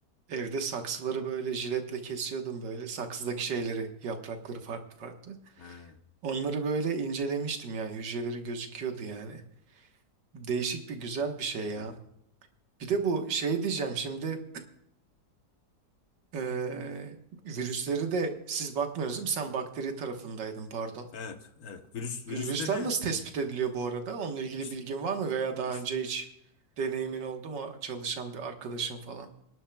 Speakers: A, on the right; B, on the left.
A: Evde saksıları böyle jiletle kesiyordum böyle. Saksıdaki şeyleri, yaprakları farklı farklı.
B: evet,
A: Onları böyle incelemiştim yani hücreleri gözüküyordu yani. Değişik bir güzel bir şey ya.
B: evet,
A: Bir de bu şey diyeceğim şimdi eee, virüsleri de siz bakmıyorsunuz değil mi? Sen bakteri tarafındaydın pardon.
B: evet. Virüs, virüsleri
A: Virüsler nasıl tespit ediliyor bu arada? Onunla ilgili
B: işte,
A: bilgin var mı veya daha
B: işte
A: önce hiç deneyimin oldu mu çalışan bir arkadaşın falan?